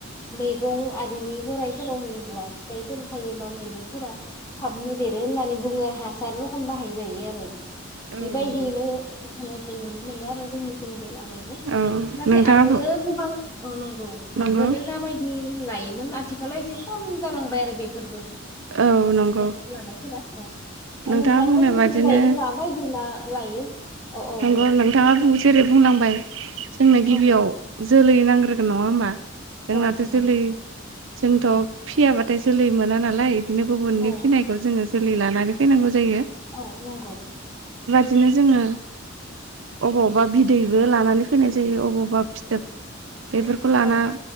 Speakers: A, on the left; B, on the right.
A: मैगं आरिनि गराइफोराव होयोब्ला फिथाइफोर थायोबा मैगंफोरा थाबनो देरो होननानै बुङो हासार रखम बाहाय जायो आरो। बेबायदियैनो
B: औ नंगौ
A: होनायखौ नुनो मोनो आरो जोंनिथिं। लानाखौ
B: औ
A: नाथाय
B: नोंथाङा
A: आगोलो गोबां औ नंनौ
B: नंगौ
A: आगोलो जाबायदि लायो आथिखालाव एसे खम जालांबाय आरो बे फोरबो
B: औ नंगौ
A: नाथाय लानायफोरा औ दा
B: नोंथाङा
A: नोंथांमोननिथिंगायैबो
B: बुंनाय बादिनो
A: माबायदि मा लायो। औ औ
B: नंगौ
A: दे
B: नोंथाङा
A: फोरमाय
B: जेरै बुंलांबाय जोंनो गिबियाव
A: औ
B: जोलै नांग्रोगोन नङा होनबा। जोंनाथ'
A: औ नंगौ
B: जोलै
A: नंगौ
B: जोंथ' फियाबाथाय जोलै मोना नालाय। दिनो गुबुननि
A: औ
B: फिनायखौ जोङो जोलै लानानै फैनांगौ जायो।
A: औ नंगौ
B: दिनो जोङो अबावबा बिदैबो लानानै फैनाय जायो अबावबा फिथोब बेफोरखौ लाना
A: औ